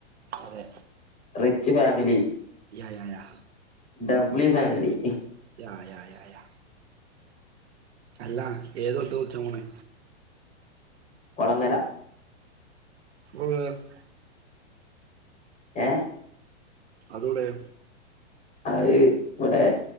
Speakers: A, on the right; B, on the left.
A: അതെ
B: റിച്ച് ഫാമിലി
A: യ്യ യ്യ യ്യ
B: ഡബ്ളി ഫാമിലി
A: യ യ യ യ അല്ല ഏതോടത്ത കുളിച്ചാൻ പോണേ
B: കൊളങ്ങരാ
A: <unintelligible>
B: ഏ
A: അതെവിടെയ
B: അഹ് ഇവടെ